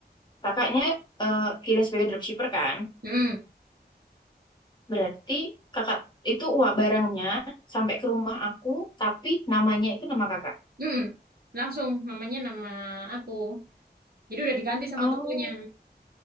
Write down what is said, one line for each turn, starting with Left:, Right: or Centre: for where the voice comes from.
Left: Kakaknya eh, kirim sebagai dropshipper kan?
Right: Mm-mm.
Left: Berarti kakak itu uang barangnya sampai ke rumah aku, tapi namanya itu nama kakak.
Right: Mm-mm. Langsung namanya nama aku. Jadi udah diganti sama
Left: Oh,
Right: tokonya